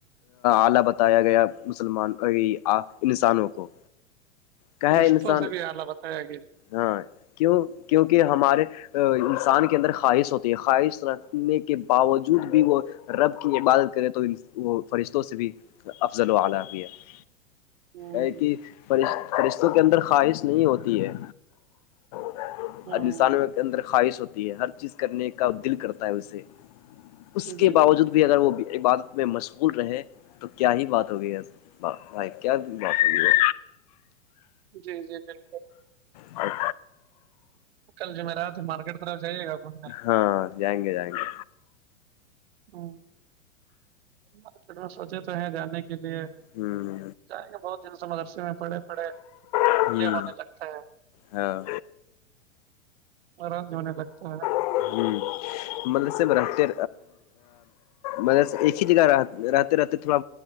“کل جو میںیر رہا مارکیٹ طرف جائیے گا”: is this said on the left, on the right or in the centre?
Right